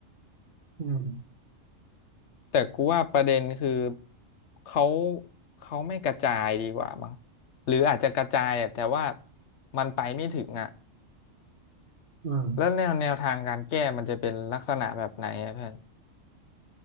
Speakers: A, on the right; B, on the left.
A: อืม
B: แต่กูว่าประเด็นคือเขาเขาไม่กระจายดีกว่ามั้งหรืออาจจะกระจายอะแต่ว่ามันไปไม่ถึงอ่ะ
A: อืม
B: แล้วแนวแนวทางการแก้มันจะเป็นลักษณะแบบไหนอะเพื่อน